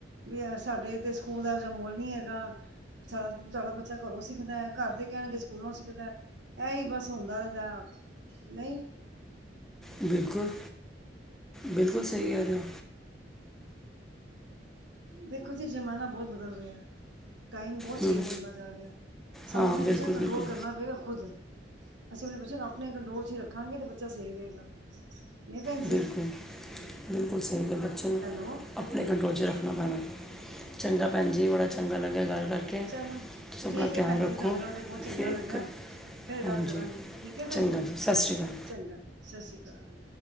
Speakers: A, on the right; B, in the centre.
A: ਵੀ ਸਾਡੇ ਤੇ ਸਕੂਲ ਦਾ ਮਓਲ ਨੀ ਹੈਗਾ। ਸਾਡਾ ਬੱਚਾ ਘਰੋਂ ਸਿੱਖਦਾ, ਘਰ ਦੇ ਕਹਿਣ ਗੇਂ ਸਕੂਲੋਂ ਸਿੱਖਦਾ। ਐ ਹੀ ਬਸ ਹੁੰਦਾ ਰੈਂਦਾ, ਨਈਂ?
B: ਬਿਲਕੁਲ ਬਿਲਕੁਲ, ਸਹੀ ਕੈ ਰੇਓ।
A: ਦੇਖੋ ਜੀ ਜ਼ਮਾਨਾ ਬੋਤ ਬਦਲ ਰੇਯਾ। ਟਾਈਮ ਬਉਤ
B: ਹਮ,
A: ਚੇਂਜ ਹੁੰਦਾ ਜਾ ਰੇਯਾ। ਸਾਨੂੰ
B: ਹਾਂ
A: ਅਪਨੇ
B: ਬਿਲਕੁਲ
A: ਬੱਚਿਆਂ ਨੂੰ
B: ਬਿਲਕੁਲ
A: ਕੰਟਰੋਲ ਕਰਨਾ ਪਏਗਾ ਖੁਦ। ਅਸੀਂ ਆਪਣੇ ਬੱਚਿਆਂ ਨੂੰ ਆਪਣੇ ਕੰਟਰੋਲ ਚ ਹੀ ਰੱਖਾਂਗੇ ਤੇ ਬੱਚਾ ਸਹੀ ਰਹੇਗਾ। ਨਹੀਂ ਭੈਣ ਜੀ
B: ਬਿਲਕੁਲ, ਬਿਲਕੁਲ ਸਹੀ ਕਿਹਾ ਬੱਚੇ ਨੇ
A: ਹੈਲੋ
B: ਆਪਣੇ ਕੰਟਰੋਲ ਚ ਰੱਖਣਾ ਪੈਣਾ। ਚੰਗਾ ਭੈਣ ਜੀ ਬੜਾ ਚੰਗਾ ਲੱਗਿਆ ਗੱਲ ਕਰਕੇ।
A: ਚਲੋ
B: ਤੁਸੀਂ
A: ਠੀਕ
B: ਆਪਣਾ
A: ਐ
B: ਧਿਆਨ
A: ਭੈਣ ਜੀ।
B: ਰੱਖੋ
A: ਤੁਹਾਡੇ ਨਾਲ ਗੱਲ ਕਰਕੇ ਬਹੁਤ ਚੰਗਾ
B: ਫਿਰ
A: ਲੱਗਿਆ।
B: ਕ-
A: ਫੇਰ ਗੱਲ
B: ਹਾਂਜੀ
A: ਕਰਾਂਗੇ ਠੀਕ ਐ ਭੈਣ
B: ਚੰਗਾ
A: ਜੀ,
B: ਸਤਿ ਸ਼੍ਰੀ ਅਕਾਲ
A: ਚੰਗਾ ਸਤਿ ਸ਼੍ਰੀ ਅਕਾਲ।